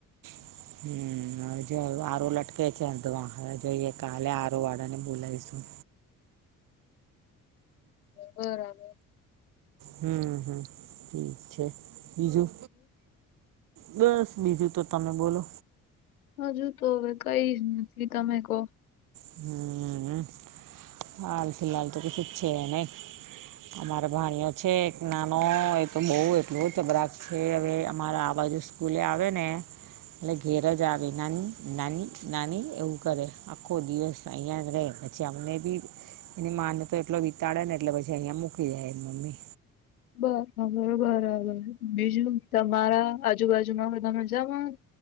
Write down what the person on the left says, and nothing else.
બરાબર
હજુ તો હવે કઈ નથી તમે કો
બરોબર બીજું તમારા આજુબાજુમાં બધાં મજામાં